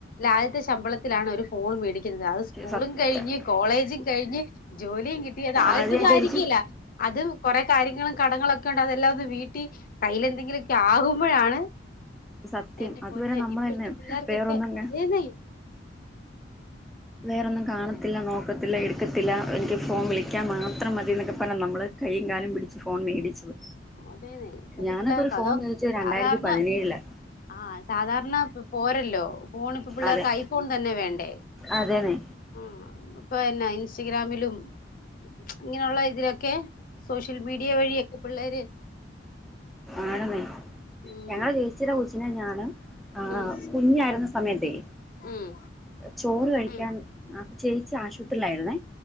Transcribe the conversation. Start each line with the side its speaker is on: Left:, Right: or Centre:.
Left: ആദ്യത്തെ ശമ്പളത്തിലാണ് ഒരു ഫോൺ മേടിക്കുന്നത് അത് സ്കൂളും
Centre: സത്യ
Left: കഴിഞ്ഞ് കോളേജും കഴിഞ്ഞ് ജോലിയും കിട്ടിയ അത് ആദ്യത്തെ
Centre: ആദ്യമായിട്ടൊരു
Left: ആയിരിക്കല്ല അത് കൊറെ കാര്യങ്ങള് കടങ്ങളൊക്കെ ഉണ്ട് അതെല്ലാം ഒന്ന് വീട്ടി കയ്യിൽ എന്തെങ്കിലുമൊക്കെ ആകുമ്പോഴാണ്
Centre: സത്യം
Left: എന്റെ
Centre: അതുവരെ
Left: പൊന്നെ
Centre: നമ്മളന്നെ
Left: ഇപ്പഴത്തെ പിള്ളേർക്കൊക്കെ
Centre: വേറൊന്നും
Left: അതേന്നെ
Centre: വേറൊന്നും കാണത്തില്ല നോക്കത്തില്ല എടുക്കത്തില്ല എനിക്ക് ഫോൺ വിളിക്കാൻ മാത്രം മതി എന്നൊക്കപ്പറഞ്ഞ് നമ്മള് കയ്യും കാലും പിടിച്ച് ഫോൺ മേടിച്ചത്
Left: അതേന്നെ ഇപ്പത്തെ
Centre: ഞാനൊക്കെ
Left: പിള്ളേർക്കേ
Centre: ഒരു ഫോൺ
Left: അതോ
Centre: മേടിച്ചത് രണ്ടായിരത്തി
Left: സാധാരണ
Centre: പതിനേഴിലാ
Left: ആ സാധാരണ പോരല്ലോ ഫോൺ ഇപ്പ പിള്ളേർക്ക്
Centre: അതെ
Left: ഐഫോൺ തന്നെ വേണ്ടേ
Centre: അതെന്നെ
Left: ആ ഇപ്പ ഇ- ഇൻസ്റ്റഗ്രാമിലും ഇങ്ങനെയുള്ള ഇതിലൊക്കെ സോഷ്യൽ മീഡിയ വഴിയൊക്കെ പിള്ളേർ
Centre: ആണനെ
Left: ഉം
Centre: ഞങ്ങടെ ചേച്ചീടെ കൊച്ചിനെ ഞാന് ആ
Left: ഉം
Centre: കുഞ്ഞായിരുന്ന സമയത്തേ
Left: ഉം
Centre: ചോറ് കഴിക്കാൻ
Left: ഉം
Centre: അപ്പൊ ചേച്ചി ആശുപത്രിയിലായിരുന്നേ